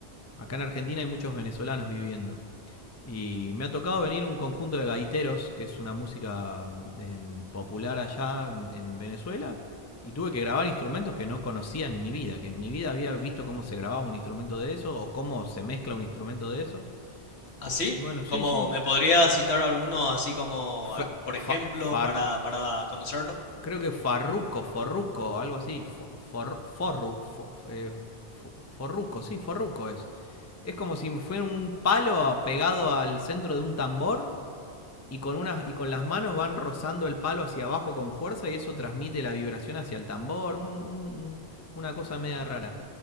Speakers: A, on the left (about 20°); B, on the left (about 70°).
A: Acá en Argentina hay muchos venezolanos viviendo. Y me ha tocado venir un conjunto de gaiteros, que es una música mm, en- popular allá mm, en Venezuela. Y tuve que grabar instrumentos que no conocía en mi vida, que en mi vida había visto cómo se grababa un instrumento de eso o cómo se mezcla un instrumento de eso.
B: ¿Así?
A: Y bueno, sí,
B: ¿Cómo
A: sí.
B: me podría citar alguno así como, al-
A: Fa-
B: por ejemplo,
A: fa- far-
B: para, para conocerlo?
A: Creo que Farruco, Forruco, algo así. For, for- forru, fo- eh, fo- forruco, sí, Forruco es. Es como si fuera un palo pegado al centro de un tambor y con, unas, y con las manos van rozando el palo hacia abajo con fuerza y eso transmite la vibración hacia el tambor. un- un- una cosa media rara.